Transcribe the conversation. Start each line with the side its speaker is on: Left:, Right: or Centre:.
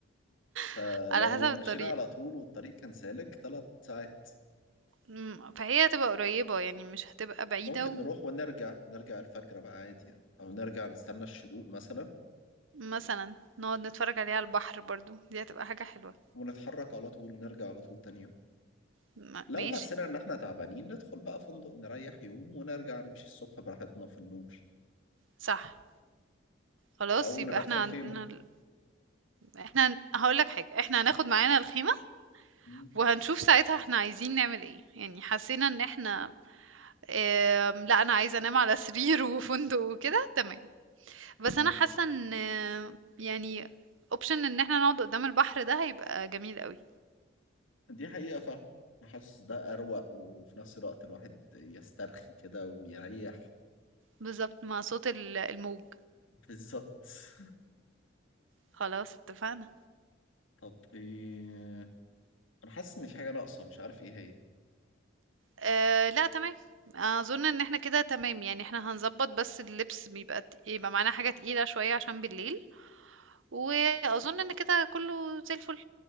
Left: فلو
Right: <laughs> على حسب الطريق،
Left: مشينا على طول والطريق كان سالك تلات ساعات
Right: إمم، فهي هتبقى قريبة يعني مش هتبقى بعيدة،
Left: ممكن نروح ونرجع نرجع الفجر بقى عادي يعني او نرجع نستنى الشروق مثلا
Right: ومثلًا نقعد نتفرج عليها على البحر برضه، دي هتبقى حاجة حلوة.
Left: ونتحرك على طول نرجع على طول تاني يوم
Right: ما-
Left: لو
Right: ماشي
Left: حسينا ان احنا تعبانين ندخل بقى فندق نريح يوم ونرجع نمشي الصبح براحتنا في النور
Right: صح خلاص
Left: او
Right: يبقى
Left: نبات
Right: احنا
Left: في الخيمة
Right: عندنا ال... احنا هن- هقولك حاجة احنا هناخد معانا الخيمة
Left: مم.
Right: وهنشوف ساعتها احنا عايزين نعمل ايه يعني حسينا ان احنا ام... لا انا عايزة انام على سرير وفندق وكده تمام بس
Left: مم.
Right: انا حاسة ان يعني اوبشن ان احنا نقعد قدام البحر ده هيبقى جميل قوي
Left: دي حقيقة فعلا انا حاسس ده اروق وفي نفس الوقت الواحد يسترخي كده ويريح
Right: بالظبط مع صوت ال- الموج
Left: بالظبط <laughs>
Right: خلاص اتفقنا
Left: طب ايه انا حاسس ان في حاجة ناقصة مش عارف ايه
Right: اه لا تمام اظن ان احنا كده تمام يعني احنا هنظبط بس اللبس بيبقى يبقى معانا حاجة تقيلة شوية عشان بالليل واظن ان كده كله زي الفل